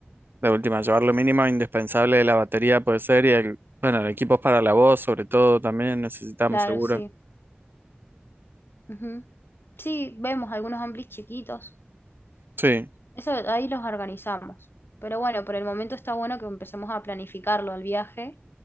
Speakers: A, on the right; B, on the left.
A: De última, llevar
B: Sí.
A: lo mínimo indispensable de la batería puede ser y el, bueno, el equipo para la voz sobre todo también necesitamos
B: Claro,
A: seguro.
B: sí. Ujú. Sí, vemos algunos amplis chiquitos.
A: Sí,
B: Eso ahí los organizamos. Pero bueno, por el momento está bueno que empecemos a planificarlo al viaje,